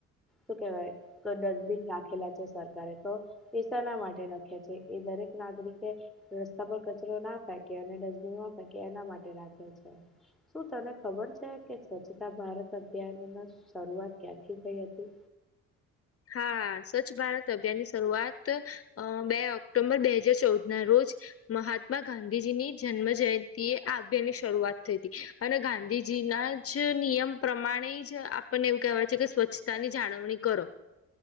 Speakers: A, in the centre; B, on the left.
A: શું કેવાય તો ડસ્ટબિન રાખેલા છે સરકારે તો એ શેના માટે રાખ્યા છે એ દરેક નાગરિકે રસ્તા પર કચરો ના ફેંકે અને ડસબિનમાં ફેકે એના માટે રાખે છે. શું તને ખબર છે કે સ્વચ્છતા ભારત અભિયાનમાં શરૂઆત ક્યાથી થઈ હતી?
B: હા સ્વચ્છ ભારત અભિયાનની શરૂઆત અ બે ઓક્ટોબર બે હજાર ચૌદ ના રોજ, મહાત્મા ગાંધીજીની જન્મ જયંતિ એ આ અભિયાન ની શરૂઆત થઈ હતી અને ગાંધીજીના સ્વચ્છ નિયમ પ્રમાણે જ આપણને એવું કહેવાય છે કે સ્વચ્છતા ની જાળવણી કરો.